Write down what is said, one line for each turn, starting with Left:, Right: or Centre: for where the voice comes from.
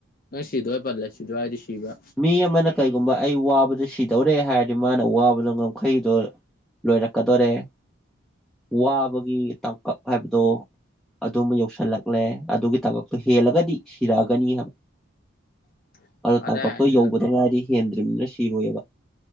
Left: ꯅꯪ ꯁꯤꯗꯧꯔꯦ ꯄꯦꯟꯔꯦ ꯁꯤꯗꯧꯔꯦ ꯍꯥꯏꯔꯗꯤ ꯁꯤꯕ
Centre: ꯃꯤ ꯑꯃꯅ ꯀꯩꯒꯨꯝꯕ ꯑꯩ ꯋꯥꯕꯗ ꯁꯤꯗꯧꯔꯦ ꯍꯥꯏꯔꯗꯤ ꯃꯥꯅ ꯋꯥꯕꯗꯣ ꯉꯝꯈꯩꯗꯣ ꯂꯣꯏꯔꯛꯀꯗꯣꯔꯦ ꯋꯥꯕꯒꯤ ꯇꯥꯡꯀꯛ ꯍꯥꯏꯕꯗꯨ ꯑꯗꯨꯝꯕ ꯌꯧꯁꯜꯂꯛꯂꯦ ꯑꯗꯨꯒꯤ ꯇꯥꯡꯀꯛꯇꯣ ꯍꯦꯜꯂꯒꯗꯤ ꯁꯤꯔꯛꯑꯒꯅꯤ ꯍꯥꯏꯕ
Left: <inaudible>
Centre: ꯑꯣ ꯇꯥꯡꯀꯛꯇꯣ
Left: ꯍꯥꯏꯔꯤꯅꯦ
Centre: ꯌꯧꯕꯗ ꯉꯥꯏꯗꯤ ꯍꯦꯟꯗ꯭ꯔꯤꯕꯅꯤꯅ ꯁꯤꯔꯣꯏꯑꯕ